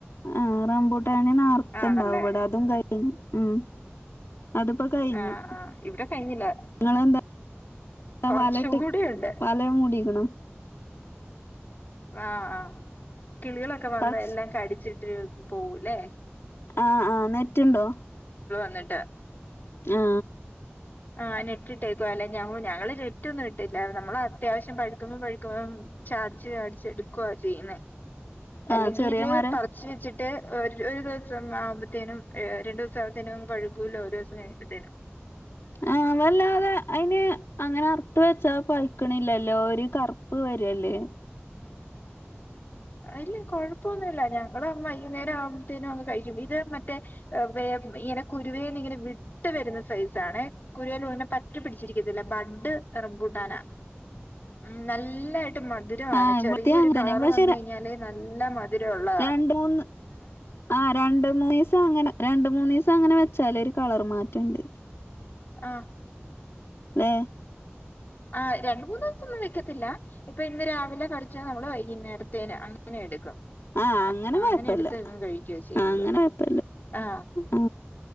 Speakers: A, on the left (about 70°); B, on the left (about 45°).
A: ആ റമ്പൂ ട്ടാൻ നേരത്തെ
B: ആണല്ലേ
A: ഉണ്ടാവും ഇവിടെ അതും കഴിഞ്ഞു ഉം അതിപ്പോ കയിഞ്ഞു
B: ആഹ് ആഹ് ഇവിടെ കഴിഞ്ഞില്ല
A: നിങ്ങളെന്താ ആ
B: കൊറച്ചു
A: വലയിട്ട്
B: കൂടിയുണ്ട്
A: വലയിൽ മൂടിയേക്കണു
B: ആ ആ കിളികളൊക്കെ വന്ന്
A: പക്ഷി
B: എല്ലാം കടിച്ചിട്ട് പോകൂല്ലേ
A: ആ ആ നെറ്റുണ്ടോ
B: എന്നിട്ടെ
A: ആ
B: ആ നെറ്റിട്ടേക്കുവാ അല്ലേ ഞാവുഞ്ഞ ഞങ്ങളെ നെറ്റൊന്നും ഇട്ടില്ല നമ്മള ത്യാവശ്യം പഴുക്കുമ്പം പഴുക്കുമ്പം ചാർജ്ജിയ ച്ചെടുക്കുവാ ചെയ്യുന്നെ
A: ആ
B: അല്ലെങ്കി
A: ചെറിയ
B: ഇതെ
A: മരാ
B: പറിച്ച് വെച്ചിട്ട് ഒരു ദിവസം ആവുമ്പത്തേനും രണ്ടു ദിവസാകത്തേനും അങ്ങെ പഴുക്കൂലോ ഒരു ദിവസം കഴിയപ്പത്തേക്കെ
A: ആ വല്ലാതെ അയിന് അങ്ങനെ അറത്ത് വെച്ചാ പയി ക്കിണില്ലല്ലോ ഒരു കറുപ്പ് വരുവല്ലേ
B: ആ ഇല്ല കുഴപ്പൊന്നുല്ലാ ഞങൾ വൈകുനേരം ആകുമ്പാതെന്നും അങ്ങ് കഴിക്കും ഇത്‌ മറ്റേ ഏ വേ ഇങ്ങനെ കുരുവേന്നിങ്ങനെ വിട്ട് വരുന്ന സൈസാണേ കുരുവേൽനെ പറ്റിപ്പിടിച്ചിരിക്കത്തില്ല ബഡ്ഡ് റമ്പൂട്ടാനാ മ് നല്ലായിട്ട് മധുരാണ്
A: ആ ഇവിടത്തെ
B: ചെറിയ ഒരു
A: അങ്ങനെന്നെ
B: കളറു
A: പക്ഷെ
B: വന്നു കഴിഞ്ഞാ കഞ്ഞല് നല്ല മധുരം ഒള്ളതാ
A: രണ്ട് മൂന്ന് ആ രണ്ടു മൂന്നിസം അങ്ങനെ രണ്ടു മൂന്നിസം അങ്ങനെ വേച്ചലൊരു കളറു മാറ്റണ്ട്
B: ആ
A: ഏ
B: ആ രണ്ടു മൂന്നിസമൊന്നും നിക്കത്തില്ല ഇപ്പൊ ഇന്ന് രാവിലെ പറിച്ചാ നമ്മളെ വൈകുന്നേരത്തേനെ അങ്ങനെ എടുക്കും
A: ആ കൊഴപ്പല്ല
B: അങ്ങനെ എടുത്തങ്ങെ കഴിക്കുവ ചെയ്യുന്നത്
A: ആ അങ്ങനെ കൊഴപ്പല്ല
B: ആ
A: ആ